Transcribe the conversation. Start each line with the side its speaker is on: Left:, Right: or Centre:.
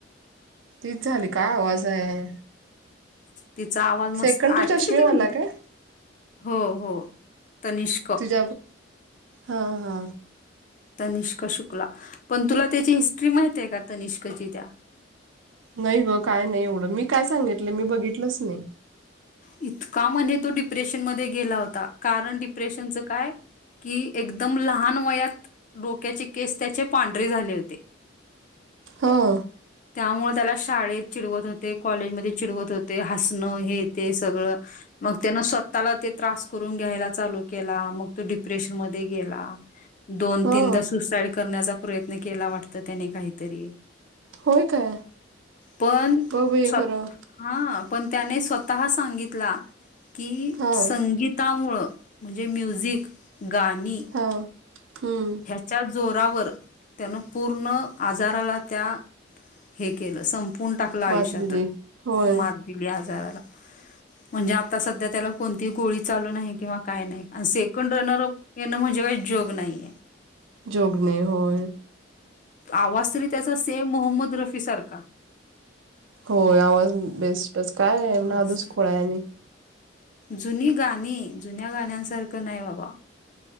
Right: तीच झाली का? काय आवाज आहे?
Left: तिचा आवाज मस्त
Right: सेकंड तू
Left: ऍक्चुली
Right: चष्मेवाला
Left: तिला
Right: काय
Left: हो हो तनिष्क.
Right: <unintelligible> हो हा,
Left: तनिष्का शुक्ला पण तुला त्याची हिस्ट्री माहित आहे का तनिष्काची त्या?
Right: नाही ग काय नाही एवढं, मी काय सांगितलं मी बघितलंच नाही.
Left: इतका म्हणे तो डिप्रेशन मध्ये गेला होता. कारण डिप्रेशनचं काय कि एकदम लहान वयात डोक्याचे केस त्याचे पांढरे झाले होते. <inaudible>
Right: हो.
Left: त्यामुळे त्याला शाळेत चिडवत होते. कॉलेजमध्ये चिडवत होते. हसणं हे ते सगळं मग त्यान स्वतःला ते त्रास करून घ्यायला चालू केला. मग तो डिप्रेशन मध्ये गेला. दोन
Right: हां
Left: तीनदा सुसाइड करण्याचा प्रयत्न केला वाटतं त्याने काहीतरी
Right: होय काय
Left: पण
Right: बघ बाई
Left: स्वतः
Right: खरं
Left: हा पण त्याने स्वतःहा सांगितला की
Right: हां
Left: संगीत त्यामुळं म्हणजे म्युझिक, गाणी
Right: हो. हम्म,
Left: च्या जोरावर त्यान पूर्ण आजाराला त्या हे केलं संप फून टाकला आयुष्यातून,
Right: मात दिली होय
Left: मात दिली आजाराला. म्हणजे आता संध्या त्याला कोणतीही गोळी चालू नाही किंवा काय नाही. आणि सेकंड रनर अप येन म्हणजे काही जोग नाही.
Right: जोग नाही होय.
Left: आवाज तरी त्याचा सेम मोहम्मद रफी सारखा.
Right: होय आवाज बेस्टच, काय आहे
Left: मस्त.
Right: नादच खूळा आहे आणि.
Left: जुनी गाणी, जुन्या गाण्यांसारखं नाही बाबा.